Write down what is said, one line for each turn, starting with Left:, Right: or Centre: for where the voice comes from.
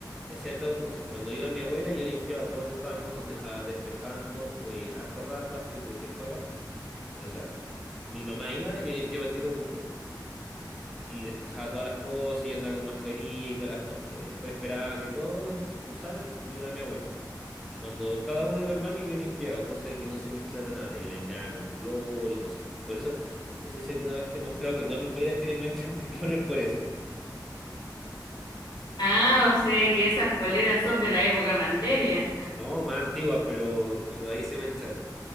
Centre: Hacía todo cosa. Y cuando iba mi abuela, yo limpiaba todo el baño, dejaba despejando eh, harto rato hasta que se fuera. Eh, o sea, mi mamá iba, yo limpiaba el tiro con cloro. Y despejaba todas las cosas, y yo andaba con mascarilla y todas las cosas. Y después esperaba que todos usaran, y iba mi abuela. Y cuando cada uno iba al baño, yo limpiaba, cosa de que no se mezclara nada. Y limpiaba con cloro y cosas. Por eso, no sé si alguna vez te he mostrado que todas mis poleras tienen manchas de cloro, es por eso.
Left: Ah,
Centre: Y-
Left: o sea que esas poleras son de la época pandemia.
Centre: No, más antiguas, pero, pero ahí se mancharon.